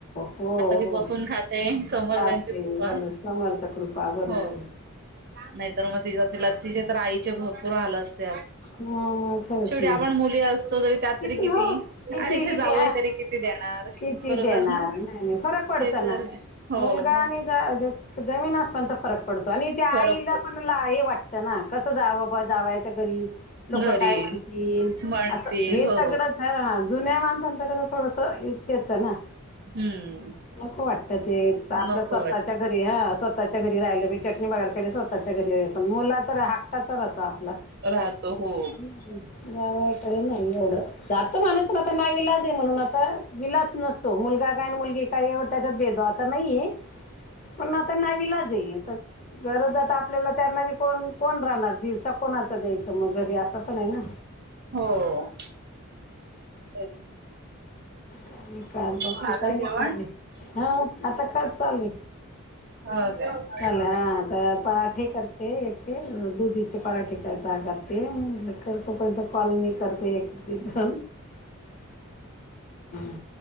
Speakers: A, on the left; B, on the right.
A: हो
B: ती
A: हो
B: बसून खाते समर्थांची
A: काते
B: कृपा
A: बर समर्थकृप बा बर
B: हो
A: ब
B: नाहीतर मग ति तिला तिच्या तर आईचे भरपूर आलं असत
A: मग मग खरंच
B: शेवटी
A: ना
B: आपण मुली असतो तरी त्यात
A: किती हो? किती
B: आणि ते
A: किती
B: जावई तरी किती देणार
A: किती
B: बरोबर
A: देणार
B: ना
A: नाही नाही फरक पडत
B: ते तर
A: ना.
B: आहे. हो
A: मुलगा
B: मग
A: आणि ज-ज -जमीन असमानचा फरक पडतो. आणि त्या आईला
B: फरक पडतो
A: पण ला, हे वाटतं ना कसं जावं बा जावयच्या घरी. लोक
B: घरी
A: काय म्हणतील?
B: म्हणतील
A: असं. हे सगळंच
B: हो
A: हं जुन्या माणसांचं कस थोडसं येच येतं ना.
B: हम्म
A: नको वाटत ते, आपल्या
B: नको
A: स्वतःच्या.
B: वाट
A: घरी हं, स्वतःच्या घरी राहिलं कि चटणी भाकर केली, स्वतःच्या घरी पण मुलाच तर हाक् काचा राहतो आपला,
B: राहतो हो.
A: हम्म जावाया कडे नाही एवढं. जातो माणूस पण आता नाही विलाज ये म्हणून आता, विलाज नसतो, मुलगा काय मुलगी- काही त्याच्यात भेद आता नाहीये, पण आता नावीलाज ये. गरज आता आपल्याला त्यांना बी कोण, कोण राहणार दिवसा कोणाच द्यायचं, मग घरी असं पण आहे ना.
B: हो. तेच.
A: काइ नई काल बाकी
B: झालं
A: काही नाही
B: जेवण
A: काढले, हा आता काय चालय?
B: हो काय
A: चाल हा तर आता पराठे करते. करते, दुधीचे पराठे यचा करते, मी म्हनलं कर तोपर्यंत कॉल मी करते. ह <unintelligible>